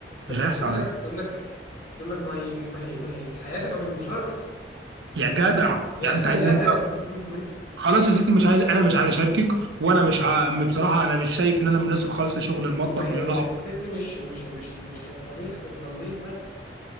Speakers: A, on the left; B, on the right.
A: فتقول
B: مش هيحصل على
A: لك
B: فكره
A: تقول لك تقول لك ما هي ما هي ما هي الحياه تبقى بالمشاركه
B: يا جدع
A: يا
B: يعني
A: سلام
B: انت عايزني
A: <laughs>
B: خلاص يا ستي مش عايز انا مش عايز اشاركك وانا مش ع... بصراحه انا مش شايف ان انا مناسب خالص لشغل المطبخ
A: يقول لك
B: ولا
A: ما
B: انا اقف
A: هي الست مش مش مش مش للطبيخ والتنظيف بس